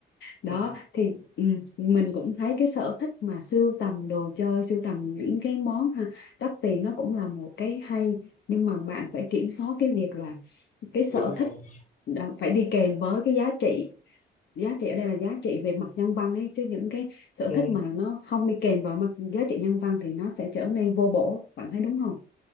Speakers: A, on the left; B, on the left.
A: đó
B: ừ,
A: thì ừ, mình cũng thấy cái sở thích mà sưu tầm đồ chơi sưu tầm những cái món ha đắt tiền nó cũng là một cái hay nhưng mà bạn phải kiểm soát cái việc là cái sở
B: đúng rồi
A: thích đã- phải đi kèm với cái giá trị giá trị ở đây là giá trị về mặt nhân văn ấy chứ những cái sở
B: ừ,
A: thích mà nó không đi kèm vào mặt giá trị nhân văn thì nó sẽ trở nên vô bổ bạn thấy đúng không